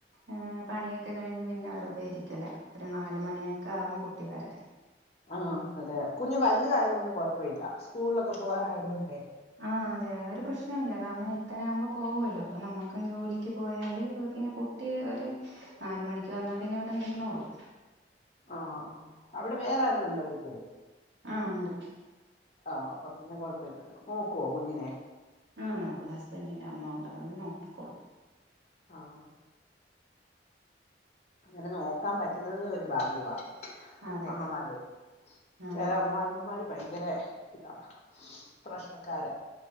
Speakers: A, on the right (about 80°); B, on the left (about 35°).
A: ഏ പണിയൊക്കെ കഴിഞ്ഞ് പിന്നെ വെറുതെ ഇരിക്കല്ലേ. ഒരു നാല് മണിയൊക്കെ ആവും കുട്ടി വരെ
B: ആഹ് അതെ കുഞ് വല്യതായതുകൊണ്ട് കൊഴപ്പ ഇല്ല സ്കൂൾളൊക്കെ പോആറ് ആയതോണ്ട്
A: ആഹ് അതെ ഒരു പ്രശ്നമില്ല കാരണം എട്ടരാഉമ്പൊ പോവോല്ലോ. പ്പൊ നമ്മുക്കും ജോലിക്ക് പോയാല് പിന്നെ കുട്ടിയെ ഒരു നാല് മണിക്ക് വന്നാ പിന്നെ ഇവിടെ നിന്നോള്ളു
B: ആ ആ അവിടെ വേറെ ആരെലുണ്ടോ വീട്ടില്
A: ആഹ് ഉണ്ട്
B: ആ അപ്പൊ പിന്നെ കൊയ ഇല്ലല്ലോ ഓക്കോ കുഞ്ഞിനെ
A: ആഹ് നോക്കു ഹസ്ബൻറിന്റെ അമ്മ ഉണ്ട് <unintelligible> നോക്കിക്കോളും
B: ആഹ് അങ്ങനെ നോക്കാ പറ്റുന്നത് ഒരു ഭാഗ്യവാ
A: അതെ
B: അമ്മമാരെ
A: അതെ
B: ചെല അമ്മായി മാര് ഭയങ്കര ഇതാ പ്രശ്നക്കാര